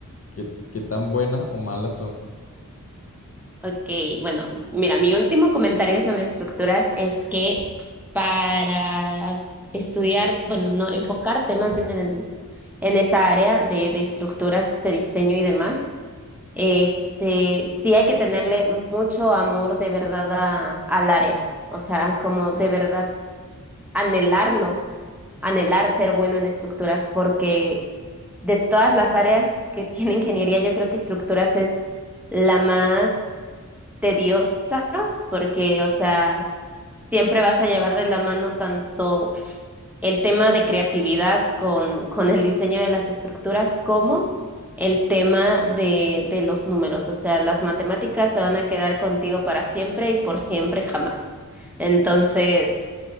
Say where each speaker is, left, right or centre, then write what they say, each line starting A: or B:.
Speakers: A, on the left; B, in the centre.
A: qué, qué tan buenas o malas son.
B: Ok, bueno, mira, mi último comentario sobre estructuras es que para estudiar, bueno, no, enfocarte más bien en el, en esa área de, de estructuras de diseño y demás, este, sí hay que tenerle mucho amor de verdad a, al área, o sea, como de verdad anhelarlo, anhelar ser bueno en estructuras, porque de todas las áreas que <laughs> tiene ingeniería, yo creo que estructuras es la más tediosa porque, o sea, siempre vas a llevar de la mano tanto el tema de creatividad con, con el diseño de las estructuras como el tema de, de los números. O sea, las matemáticas se van a quedar contigo para siempre y por siempre jamás. Entonces,